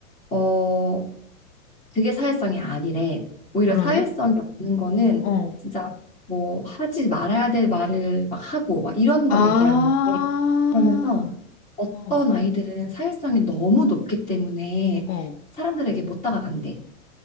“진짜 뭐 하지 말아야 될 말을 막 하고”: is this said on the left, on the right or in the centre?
Left